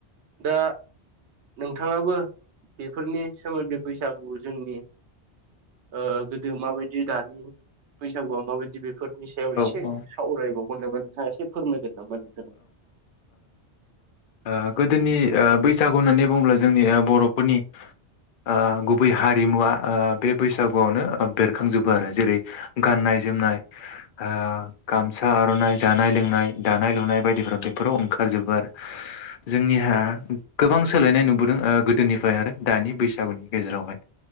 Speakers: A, on the right; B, on the left.
A: दा नोंथाङाबो बेफोरनि सोमोन्दै बैसागु जोंनि ओ गोदो माबायदि दानि बैसागुआ माबायदि बे फोरनि सायाव एसे
B: औ
A: सावरायबावगोन नामा नोंथाङा एसे फोरमायगोन नामा नोंथां।
B: ओ गोदोनि ओ बैसागु होननानै बुङोब्ला जोंनि ओ बर'फोरनि ओ गुबै हारिमुवा ओ बे बैसागुआवनो ओ बेरखांजोबो आरो जेरै गाननाय जोमनाय ओ गामसा आर'नाइ जानाय लोंनाय दानाय लुनाय बायदिफोराव बेफोराव ओंखारजोबो आरो। जोंनिहा गोबां सोलायनाय नुबोदों ओ गोदोनिफ्राय आरो दानि बैसागुनि गेजेरावहाय